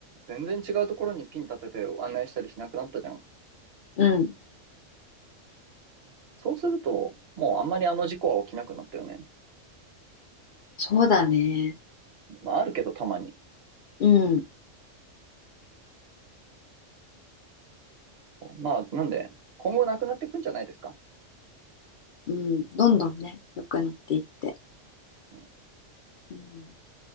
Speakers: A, on the right (about 55°); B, on the left (about 60°).
A: 全然違うところにピン立てて案内したりしなくなったじゃん。
B: うん。
A: そうすると、もうあんまりあの事故は起きなくなったよね。
B: そうだね。
A: まああるけどたまに。
B: うん。
A: まあなんで、今後なくなってくんじゃないですか。
B: うん。どんどんね、良くなっていって。
A: うん、
B: うん